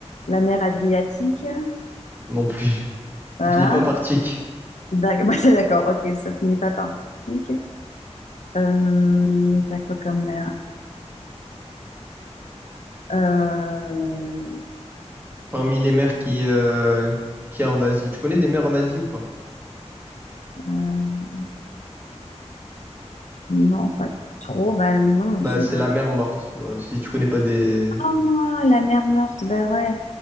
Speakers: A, on the left; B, on the right.
A: la mer Adriatique,
B: Non plus. <laughs>
A: voilà.
B: Ça finit pas par Tchik.
A: D'ac- <laughs> ouais, c'est D'accord, ok, ça finit pas par Baltique. Euh, t'as quoi comme mer? Euh,
B: Parmi les mers qui, euh, qu'il y a en Asie. Tu connais des mers en Asie ou pas?
A: euh, Non, pas trop. Bah non,
B: Bah,
A: je...
B: c'est
A: je-
B: la mer morte. Bah, si tu connais pas des...
A: Ah, la mer morte, bah ouais.